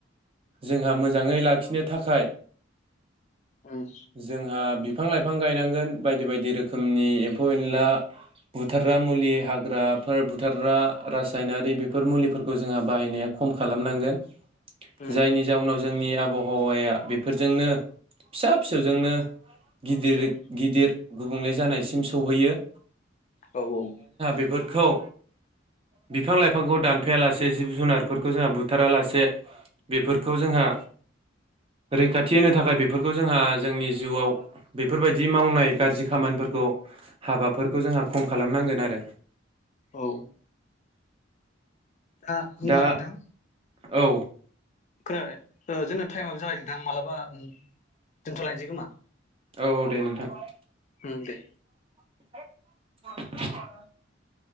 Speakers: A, on the right; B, on the left.
A: जोंहा मोजांङै लाखिनो थाखाय
B: उम
A: जोंहा बि फां लाइफां गायनांगोन बायदि बायदि रोखोमनि एम्फौ एनला बुथारग्रा मुलि हाग्राफोर बुथारग्रा रासायनारि बेफोर मुलिफोरखौ जोंहा बाहायनाया खम खालामनांगोन ।
B: उम
A: जायनि जाउनाव जोंनि आबहा हावाया बेफोरजोंनो फिसा फिसौजोंनो गिदिर
B: उम
A: गिदिर गुबुंले जानायसिम सौहैयो ।
B: औ औ
A: बेफोरखौ बिफां लाइफांखौ दानफाया लासे जिब जुनारफोरखौ जोंहा बुथारा लासे बेफोरखौ
B: उम
A: जोंहा रैखाथि होनो थाखाय बेफोरखौ जोंहा जोंनि जिउआव बेफोरबायदि मावनाय गारजि खामानिफोरखौ हाबाफोरखौ जोंहा खम खालामनांगोन आरो
B: औ आ होमबा
A: दा
B: नोंथां
A: औ
B: खोनाबाय जोंना टाइमाबो जाबाय नोंथां मालाबा उम दोनथ'लायनोसै खोमा।
A: औ दे नोंथां
B: उम दे
A: <unintelligible>